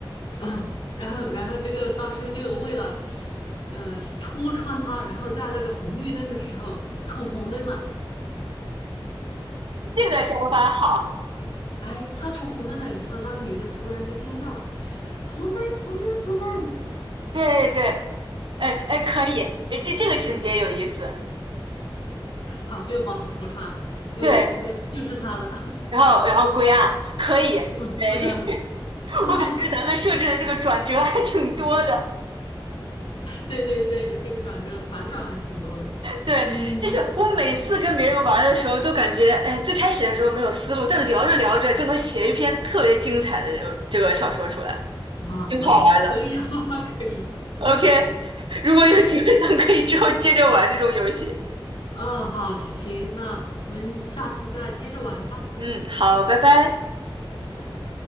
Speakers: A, on the left; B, on the right.
A: 啊，然后然后这个大叔就为了呃戳穿他，然后在那个红绿灯的时候闯红灯了，
B: 这个想法好。
A: 哎，他闯红灯了以后，那个女的突然就尖叫了，红灯红灯红灯，
B: 对对对，哎哎，可以，哎这这个情节有意思。
A: 好就把他戳穿了，就应该就是他了，
B: 对，然后然后归案可以，
A: <laughs>
B: 哎，
A: 嗯，贵阳的，
B: 就
A: <laughs>
B: <laughs> 我感觉咱们设置的这个转折还挺多的。
A: 对对对，这个转折反转还挺多的，
B: 对，
A: 嗯
B: 就是我每次跟别人玩的时候，都感觉哎，最开始的时候没有思路，但聊着聊着就能写一篇特别精彩的呃这个小说出来，
A: 啊啊，
B: 挺好玩的。
A: 可以啊，<laughs> 可以，
B: OK，如果有机会，
A: 嗯啊
B: 咱们可以之后接着玩这种游戏。
A: 嗯，好，行，那我们下次再接着玩吧，
B: 嗯，好，拜拜。
A: 拜拜。